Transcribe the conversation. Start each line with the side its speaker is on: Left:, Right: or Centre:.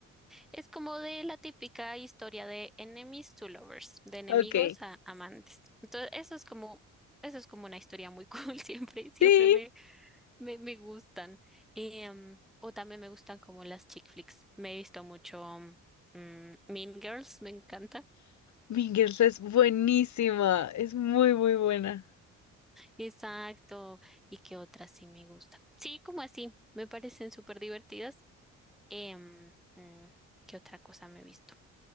Centre: Es como de la típica historia de enemies to lovers, de enemigos
Left: Ok.
Centre: a amantes. Entonces, eso es como, eso es como una historia muy cool <laughs> siempre, siempre
Left: Sí,
Centre: me, Me, me gustan. Em, o también me gustan como las chick flicks. Me he visto mucho mm, Mean Girls, me encanta.
Left: Mingers es buenísima, es muy, muy buena.
Centre: Exacto. ¿Y qué otras sí me gustan? Sí, como así. Me parecen súper divertidas. Em, mm, ¿qué otra cosa me he visto?